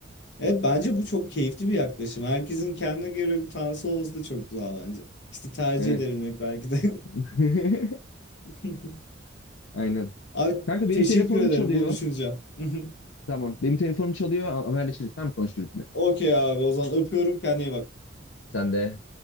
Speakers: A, on the left; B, on the left.
A: Evet bence bu çok keyifli bir yaklaşım. Herkesin kendine göre bir tanrısı olması da çok güzel bence. İşte tercih
B: Evet.
A: edebilmek belki de.
B: <laughs>
A: <laughs>
B: Aynen.
A: Abi
B: Kanka benim
A: teşekkür
B: telefonum
A: ederim
B: çalıyor.
A: bunu düşüneceğim. <laughs>
B: Tamam. Benim telefonum çalıyor. Haberleşiriz. Tamam konuşuruz yine.
A: Okey abi o zaman öpüyorum kendine iyi bak.
B: Sen de